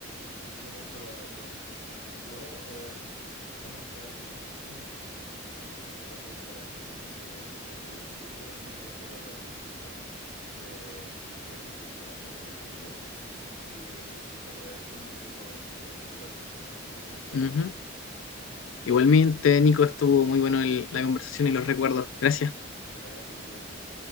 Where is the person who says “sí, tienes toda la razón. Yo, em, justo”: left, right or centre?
Left